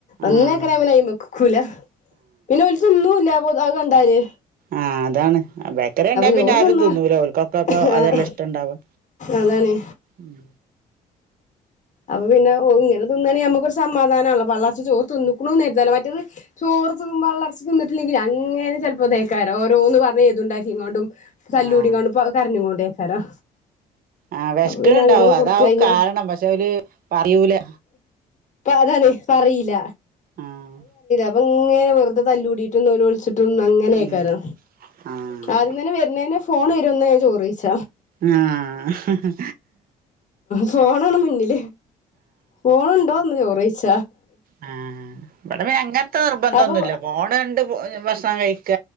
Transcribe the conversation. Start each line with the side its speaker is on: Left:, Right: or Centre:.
Left: അന്നേക്കനയി
Right: ആഹ്
Left: മക്കക്കൂല പിന്നെ ഓരിക്ക് ഒന്നും ഇല്ല അതാ കണ്ടേ
Right: ആഹ അതാണ് ബേക്കറി ഉണ്ടാവ
Left: ചോറ്
Right: പിന്നെ ആരും
Left: തിന്നാ
Right: തിന്നൂല ഓക്കൊക്കപ്പ
Left: ആഹ്
Right: അതെല്ലാം ഇഷ്ടം ഇണ്ടവാ
Left: അതാണ്
Right: ഉം
Left: അപ്പൊ പിന്നെഓ ഇങ്ങനെ തിന്നണെങ്ങിൽ നമ്മക്കൊരു സമാധാനമാണല്ലേ പള്ളർച്ചുചോറ് തിന്നക്കുണു കരുതല്ലോ മറ്റത് ചോർ തിന്ന വള്ളർച്ച തിട്ടില്ലെങ്കിൽ അങ്ങനെ ചിലപ്പോ ദയക്കാര ഓരോന്ന് പറഞ്ഞഞ് ഇതുണ്ടാക്കി ഇങ്ങോണ്ടും കല്ലൂടണ്ട്
Right: ആഹ്
Left: കരഞ്ഞി കൊണ്ടു പോയാൾക്കാരാ
Right: ആഹ് വെശ്ക്ക്ണ്
Left: അപ്പൊ പിന്നെ
Right: ഇണ്ടാവും
Left: അങ്ങനെയാണ്
Right: അതാവും
Left: കൊടുത്ത് കഴിഞ്ഞ
Right: കാരണം പക്ഷെ പറയൂല
Left: അതാണ് പറയില്ല
Right: ആഹ്
Left: അങ്ങനെ വെറുത തല്ലൂടിയിട്ട് ഒന്ന് ഒളിച്ചി അങ്ങനെ നിക്കാറാ
Right: ഉം ആഹ്
Left: ആദ്യം തന്നെ വരുന്നതിന് ഫോണ് ഒന്നേ ചോറിിച്ച
Right: ആ ഹിഹി
Left: ഫോൺആണ് മുന്നിൽ പോണണ്ടോന്ന് ചോറ ച്ച
Right: ആ ഇവിടെ പിന്നെ അങ്ങനത്തെ നിർബന്ധന്നുല്ല
Left: അപ്പൊ
Right: ഫോണണ്ട് ഭക്ഷ ക്ഷണം ഴിക്ക